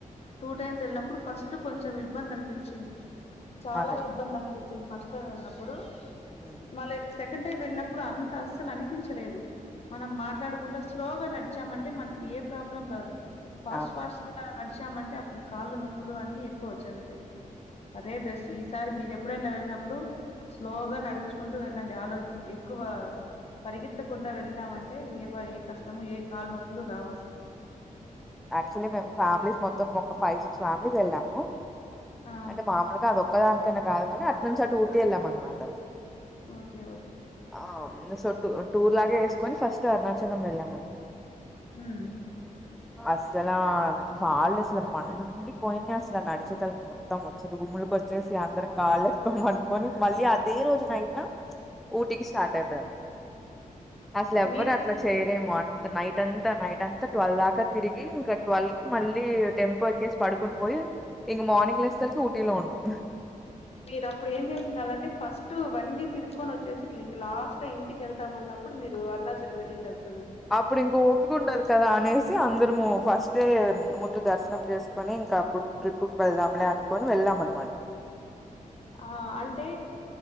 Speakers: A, on the left; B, in the centre.
A: టూ టైమ్స్ వెళ్ళినప్పుడు ఫస్ట్ కొంచెం ఇబ్బంది అనిపించి చ్చింది చాలా
B: అదే అదే
A: ఇబ్బంది అనిపించింది ఫస్ట్ టైం వెళ్ళినప్పుడు
B: మ్మ్
A: మళ్ళ సెకండ్ టైం వెళ్ళినప్పుడు అంత అస్సలు అనిపించలేదు మనం మాట్లాడుకుంటడా స్లోగా నడిచామంటే మనకి ఏ ప్రాబ్లం రాదు ఫాస్ట్
B: అదే
A: ఫాస్ట్
B: అదే
A: గ నడిచి వచమంటే అప్పుడు కాళ్ళు నొప్పులు అన్నీ ఎక్కువ వచ్చేస్తాయి అదే బెస్ట్ ఈసారి మీరు ఎప్పుడైనా వెళ్ళినప్పుడు స్లోగా నడుచుకుంటూ వెళ్ళండి ఆలోచించ ఎక్కువ పరిగెత్తకుండా వెళ్దామంటే ఏ ఏ కష్టము ఏ కాళ్ళనొప్పులు రావాసాలు
B: యాక్చువల్లీ మేము ఫ్యామిలీస్ మొత్తం ఒక ఫైవ్ సిక్స్ ఫ్యామిలీస్ వెళ్ళాము
A: ఆ
B: అంటే మామూలుగా అద ఒక్కదానికి ఇక్కన కాదు కాని అటు నుంచి అటు ఊటీ వెళ్ళాం అన్నమాట
A: ఓకే ఓకే
B: అ సో టూర్ లాగే వేసుకొని ఫస్ట్ అరుణాచలం వెళ్ళాము
A: హ్మ్
B: అసలా కాళ్ళు అసలు మండిపోయినా అసలు నడిచేటాపటికి మొత్తం వచ్చారు గుమ్ములకి వచ్చేసి అందరం కాళ్ళ ఎత్కోమనుకొని మళ్ళీ అదే రోజు నైట్న ఊటీ కీ స్టార్ట్ అయితం అసలు ఎవ్వరు
A: మీరు
B: అట్లా చేయరు రేమన్ నైట్ అంతా నైట్ అంత ట్వల్ ఇకా తిరిగి ఇంక ట్వల్కి మళ్ళీ టెంపో ఎక్కేసి పడుకుని పోయి ఇంక మార్నింగ్ లేచేసరికి ఊటీలో ఉన్నాం
A: మీరు అప్పుడు ఏం చేసిండాలంటే ఫస్ట్ అవన్నీ తిరుకొని వచ్చేసి ఇంక లాస్ట్ లో ఇంటికి వెళ్తాంమన్నప్పుడు మీరు అరుణాచలం వెళ్ళిండచు
B: అప్పుడు ఇంక ఓపిక ఉండదు కదా అనేసి అందరము ఫస్ట్ అయితే ముందు దర్శనం చేసుకొని ఇంకా అప్పుడు ట్రిప్పుకి వెళ్దాంలే అనుకొని వెళ్ళాం అనమాట
A: ఆ అంటే